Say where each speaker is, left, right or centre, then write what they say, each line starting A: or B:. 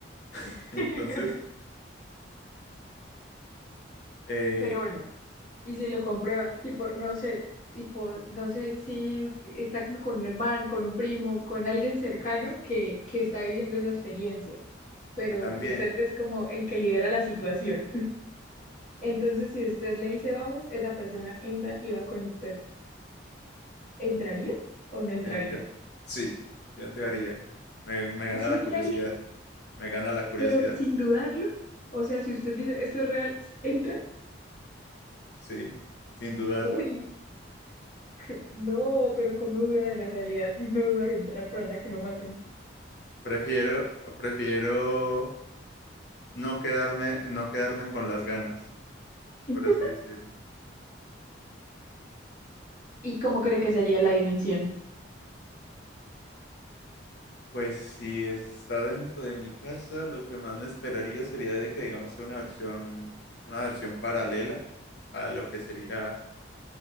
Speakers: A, on the left; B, on the left.
A: <laughs>
B: <laughs> Entonces, eh,
A: Pero bueno. y si lo compré, tipo, no sé, tipo, no sé si está como con un hermano, con un primo, con alguien cercano que, que está viviendo esa experiencia, pero
B: que también,
A: usted es como el que lidera la situación. <laughs> Entonces, si usted le dice vamos, esa persona entra y va con usted. ¿Entraría o no entraría?
B: entra- sí, yo entraría. Me, me gana
A: Sí
B: la
A: entraría,
B: curiosidad, me gana la curiosidad,
A: pero sin dudarlo. O sea, si usted dice esto es real, entra.
B: sí, sin dudarlo.
A: Uy, <laughs> no, pero ¿cómo duda de la realidad <laughs> y no duda de entrar por allá que lo maten?
B: Prefiero, prefiero no quedarme, no quedarme con las ganas.
A: <laughs>
B: por así decirlo.
A: ¿Y cómo cree que sería la dimensión?
B: Pues si está dentro de mi casa, lo que más me esperaría sería de que, digamos, sea una versión, una versión paralela a lo que sería